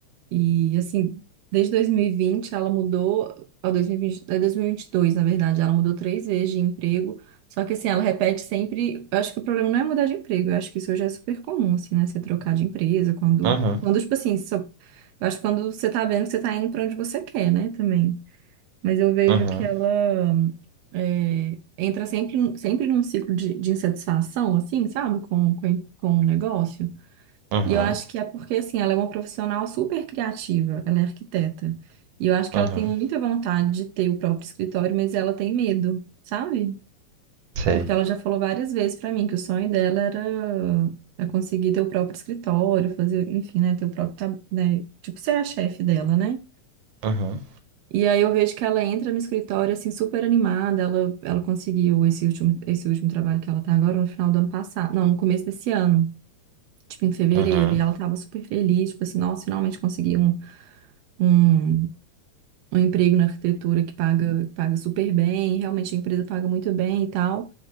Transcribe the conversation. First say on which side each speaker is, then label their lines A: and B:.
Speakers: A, on the right (about 75°); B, on the right (about 60°).
A: E assim, desde 2020 ela mudou, ao 2020, é 2022, na verdade, ela mudou três vezes de emprego. Só que assim, ela repete sempre, eu acho que o problema não é mudar de emprego, eu acho que isso já é super comum, assim, né? Você trocar de empresa quando,
B: uhum.
A: quando tipo assim, só, eu acho que quando você tá vendo que você tá indo pra onde você quer, né, também. Mas eu vejo
B: Uhum,
A: que ela é, entra sempre, sempre num ciclo de, de insatisfação, assim, sabe, com, com, com o negócio.
B: uhum,
A: E eu acho que é porque, assim, ela é uma profissional super criativa, ela é arquiteta. E eu acho que
B: uhum,
A: ela tem muita vontade de ter o próprio escritório, mas ela tem medo, sabe?
B: Sei.
A: Porque ela já falou várias vezes pra mim que o sonho dela era é conseguir ter o próprio escritório, fazer, enfim, né, ter o próprio, tab- né, tipo, ser a chefe dela, né?
B: uhum,
A: E aí eu vejo que ela entra no escritório, assim, super animada, ela, ela conseguiu esse último, esse último trabalho que ela tá agora no final do ano passado, não, no começo desse ano tipo, em fevereiro,
B: uhum,
A: e ela tava super feliz, tipo assim, nossa, finalmente consegui um, um, um emprego na arquitetura que paga, que paga super bem, e realmente a empresa paga muito bem e tal.